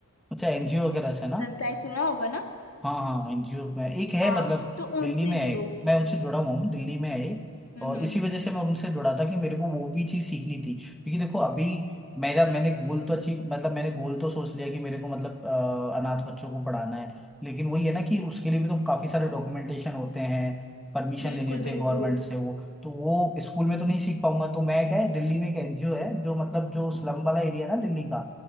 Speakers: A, in the centre; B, on the left (about 50°).
A: अच्छा एनजीओ वगैरह से ना
B: संस्थाएं सुना होगा ना
A: हाँ हाँ एनजीओ में एक है
B: हाँ
A: मतलब
B: तो
A: दिल्ली
B: उनसे
A: में है
B: जुड़ो
A: एक। मैं उनसे जुड़ा हुआ हूँ दिल्ली में है एक।
B: हम्म
A: और
B: हम्म
A: इसी वजह से मैं उनसे जुड़ा था कि मेरे को वो भी चीज़ सीखनी थी क्योंकि देखो अभी मेरा मैंने गोल तो अचीव मतलब मैंने गोल तो सोच लिया कि मेरे को मतलब अ, अनाथ बच्चों को पढ़ाना है लेकिन वही है ना कि उसके लिए भी तो काफ़ी सारे डॉक्यूमेंटेशन होते हैं परमिशन
B: बिल्कुल
A: लेनी होती
B: बिल्कुल
A: है गवर्नमेंट से वो तो वो स्कूल में तो नहीं सीख पाऊंगा तो मैं क्या है दिल्ली में एक एनजीओ है जो मतलब जो स्लम वाला एरिया है ना दिल्ली का